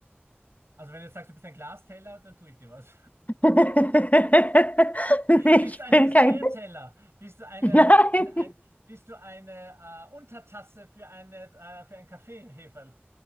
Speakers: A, on the right; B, on the left.
A: Also wenn du jetzt sagst, du bist ein Glasteller, dann tue ich dir was.
B: <laughs> Nee,
A: Bist
B: ich
A: du ein
B: bin
A: Dessertteller?
B: kein.
A: Bist du eine,
B: <laughs> Nein.
A: ein, bist du eine äh, Untertasse für eine, äh, für einen Kaffeeheferl?